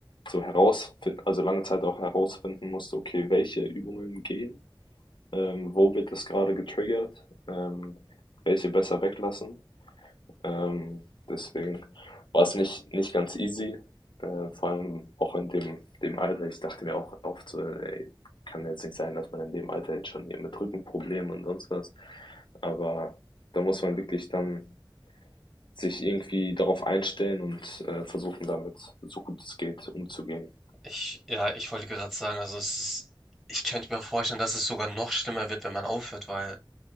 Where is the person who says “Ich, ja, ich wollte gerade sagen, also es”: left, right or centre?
Centre